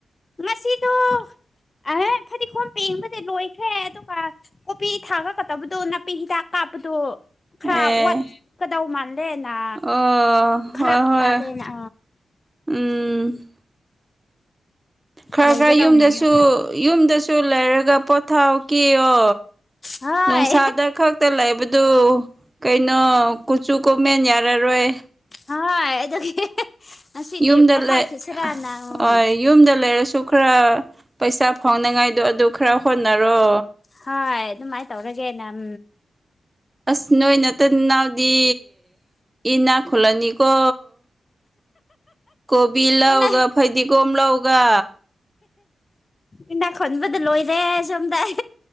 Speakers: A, on the left (about 35°); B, on the right (about 20°).
A: ꯑꯁꯤꯗꯣ ꯑꯍ ꯐꯗꯤꯈꯣꯝ ꯄꯦꯡꯕꯗꯤ ꯂꯣꯏꯈ꯭ꯔꯦ ꯑꯗꯨꯒ ꯀꯣꯄꯤ ꯊꯥꯒꯀꯗꯧꯕꯗꯣ ꯅꯥꯄꯤ ꯍꯤꯗꯥꯛ ꯀꯥꯞꯄꯗꯣ ꯈꯔ
B: ꯑꯦ
A: ꯋꯥꯠꯀꯗꯧ ꯃꯥꯜ ꯂꯦꯅ
B: ꯑꯣ
A: ꯐꯔꯛ
B: ꯍꯣꯏ ꯍꯣꯏ
A: ꯇꯂꯦꯟ ꯑ
B: ꯎꯝ ꯈꯔ
A: ꯂꯩꯒꯗꯧ
B: ꯈꯔ ꯌꯨꯝꯗꯁꯨ
A: ꯃꯥꯜꯂꯦ
B: ꯌꯨꯝꯗꯁꯨ ꯂꯩꯔꯒ ꯄꯣꯊꯥꯎ ꯀꯤꯌꯣ
A: ꯍꯣꯏ
B: ꯅꯣꯡꯁꯥꯗ ꯈꯛꯇ ꯂꯩꯕ ꯗꯨ ꯀꯩꯅꯣ ꯀꯨꯆꯨ ꯀꯨꯃꯦꯟ ꯌꯥꯔꯔꯣꯏ
A: ꯍꯣꯏ ꯑꯗꯨꯒꯤ ꯑꯁꯤꯗꯤ
B: ꯌꯨꯝꯗ
A: ꯄꯣꯊꯥ
B: ꯂꯩ
A: ꯈ꯭ꯔꯁꯤꯔ ꯅꯥꯑꯣ
B: ꯍꯣꯏ ꯌꯨꯝꯗ ꯂꯩꯔꯁꯨ ꯈꯔ ꯄꯩꯁꯥ ꯐꯥꯎꯅꯉꯥꯏꯗꯣ ꯑꯗꯨ ꯈꯔ ꯍꯣꯠꯅꯔꯣ
A: ꯍꯣꯏ ꯑꯗꯨꯃꯥꯏ ꯇꯧꯔꯒꯦ ꯅꯝ
B: ꯑꯁ ꯅꯣꯏ ꯅꯠꯇꯟ ꯅꯥꯎꯗꯤ ꯏꯅꯥꯛ ꯈꯨꯂꯅꯤꯀꯣ ꯀꯣꯕꯤ ꯂꯧꯒ
A: ꯏꯅꯥꯛ
B: ꯐꯩꯗꯤꯒꯣꯝ ꯂꯧꯒ
A: ꯏꯅꯥꯛ ꯈꯨꯟꯕꯗ ꯂꯣꯏꯔꯦ ꯁꯣꯝꯗ